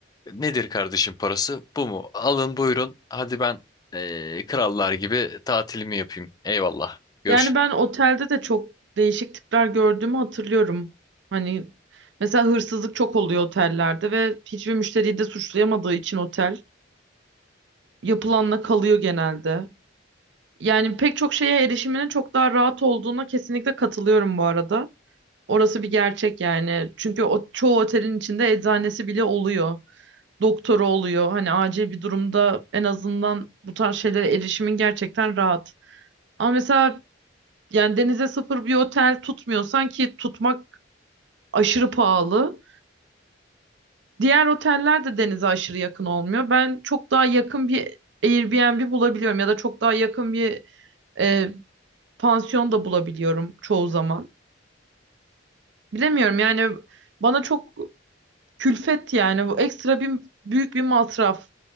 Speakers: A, on the left (about 20°); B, on the right (about 65°).
A: Nedir kardeşim parası? Bu mu? Alın buyurun. Hadi ben eee, krallar gibi tatilimi yapayım. Eyvallah. Görüşün.
B: Yani ben otelde de çok değişik tipler gördüğümü hatırlıyorum. Hani mesela hırsızlık çok oluyor otellerde ve hiçbir müşteriyi de suçlayamadığı için otel yapılanla kalıyor genelde. Yani pek çok şeye erişiminin çok daha rahat olduğuna kesinlikle katılıyorum bu arada. Orası bir gerçek yani. Çünkü o, çoğu otelin içinde eczanesi bile oluyor. Doktoru oluyor. Hani acil bir durumda en azından bu tarz şeylere erişimin gerçekten rahat. Ama mesela Yani denize sıfır bir otel tutmuyorsan ki tutmak aşırı pahalı. Diğer oteller de denize aşırı yakın olmuyor. Ben çok daha yakın bir Airbnb bulabiliyorum ya da çok daha yakın bir e, pansiyon da bulabiliyorum çoğu zaman. Bilemiyorum yani bana çok külfet yani bu ekstra bir büyük bir masraf.